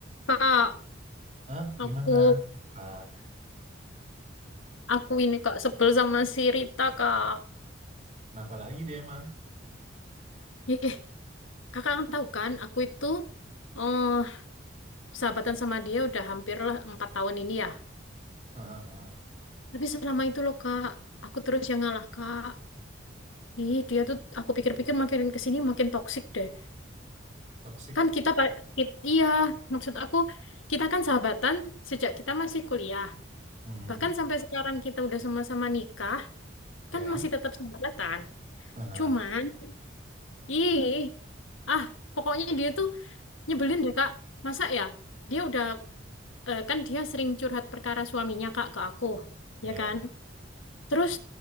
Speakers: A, on the left; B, on the right.
A: Kak,
B: Hah?
A: aku
B: Gimana? Kenapa?
A: aku ini kak sebel sama si Rita kak.
B: Kenapa lagi dia emang?
A: Ih, kakak kan tahu kan, aku itu eh sahabatan sama dia udah hampir lah empat tahun ini ya.
B: Heeh, heeh.
A: Tapi selama itu loh kak, aku terus yang ngalah kak. Ih, dia tuh aku pikir-pikir makin kesini makin toksik deh.
B: Toxic.
A: Kan kita, pa- i- iya maksud aku kita kan sahabatan sejak kita masih kuliah.
B: Mhm.
A: Bahkan sampai sekarang kita udah sama-sama nikah,
B: Ya.
A: kan masih tetap sahabatan.
B: Heeh.
A: Cuman, ih, ah Pokoknya dia tuh Nyebelin deh Kak. Masa ya? Dia udah eh, kan dia sering curhat perkara suaminya Kak ke aku,
B: Ya.
A: ya kan? Terus